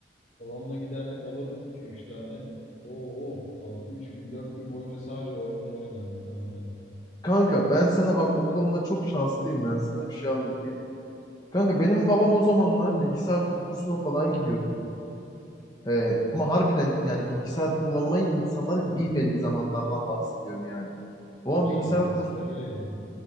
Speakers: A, on the left; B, on the left.
A: Babamla giderdik alırdık iki üç tane. Oo, falan. Üç gün, dört gün boyunca sadece o oyunları oynardım kanka.
B: Kanka ben sana bak o konuda çok şanslıyım ben sana bir şey anlatayım. Kanka benim babam o zamanlar bilgisayar kursuna falan gidiyordu. Ee, ama harbiden yani bilgisayar kullanmayı insanların bilmediği zamanlardan bahsediyorum yani. Babam
A: Tabii canım.
B: bilgisayar
A: Eskiden
B: kursu
A: öyleydi.